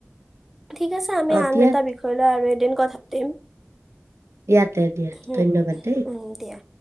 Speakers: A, in the centre; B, on the right.
A: ঠিক আছে আমি
B: অ
A: আন
B: দিয়া
A: এটা বিষয় লৈ আৰু এদিন কথা পাতিম
B: দিয়া তে দিয়া
A: হুম
B: ধন্যবাদ দেই
A: উম দিয়া